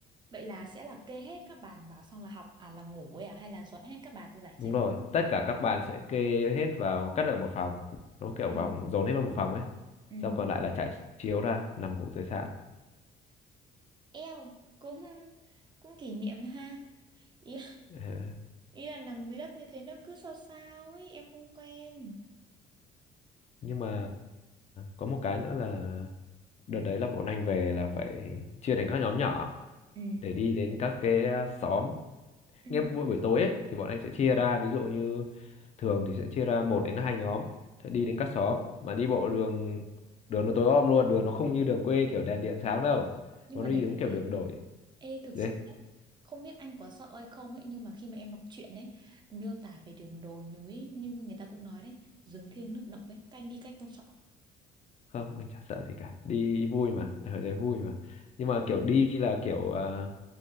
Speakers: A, on the right; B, on the left.
A: vậy là sẽ là kê hết các bàn vào xong là học à là ngủ ấy à hay là dọn hết các bàn ra giải
B: Đúng
A: chiếu
B: rồi,
A: ngủ?
B: tất cả các bạn sẽ kê hết vào cất ở một phòng. Nó kiểu
A: Ừ.
B: vòng dồn hết vào một phòng ấy
A: Ừ.
B: rau còn lại là trải chiếu ra nằm ngủ dưới sàn
A: eo cũng cũng kỷ niệm ha ý,
B: Ờ,
A: ý là nằm dưới đất như thế nó cứ sao sao ấy em không quen
B: nhưng mà có một cái nữa là đợt đấy là bọn anh về là phải chia thành các nhóm nhỏ
A: ừ
B: để đi đến các cái ờ, xóm
A: ừ
B: nghe buổi buổi tối ấy thì bọn anh sẽ chia ra ví dụ như thường thì sẽ chia ra một đến hai nhóm sẽ đi đến các xóm mà đi bộ đường đường nó tối om luôn đường nó không như đường quê kiểu đèn điện sáng đâu
A: nhưng
B: mà
A: mà
B: nó
A: để
B: đi
A: làm
B: đúng kiểu
A: gì
B: đường đổi
A: ê thực
B: đấy
A: sự nhá, không biết anh có sợ hay không ấy nhưng mà khi mà em đọc truyện ấy miêu tả về đường đồi núi ấy, như người ta cũng nói đấy rừng thiêng nước độc ấy canh đi cách không sợ
B: không anh chả sợ gì cả đi vui mà đời đấy vui mà nhưng mà kiểu đi là kiểu à,